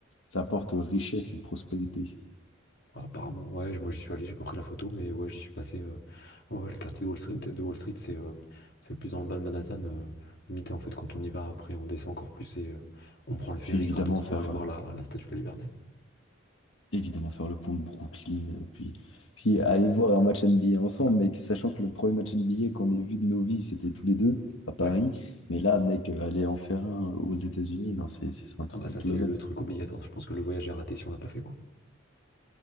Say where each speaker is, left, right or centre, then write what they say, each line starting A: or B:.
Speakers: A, on the left; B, on the left.
A: ça apporte richesse et prospérité.
B: Apparemment, ouais, je- moi j'y suis allé, j'ai pas pris la photo, mais ouais, j'y suis passé. euh, Ouais, ouais, le quartier de Wall Street, de Wall Street, c'est euh, c'est plus dans le bas de Manhattan. euh, limité, en fait, quand on y va, après, on descend encore plus et euh, on prend le ferry
A: Puis évidemment,
B: gratos pour
A: faire,
B: aller voir
A: euh,
B: la, la Statue de la Liberté.
A: évidemment, faire le pont de Brooklyn. euh, Puis, puis aller voir un match NBA ensemble, mec, sachant que le premier match NBA qu'on ait vu de nos vies, c'était tous les deux à Paris.
B: Ouais.
A: Mais là, mec, euh, aller en faire un aux États-Unis, non, c'est c'est un tout
B: Ah bah ça
A: autre
B: c'est
A: level.
B: le truc obligatoire. Je pense que le voyage est raté si on n'a pas fait quoi.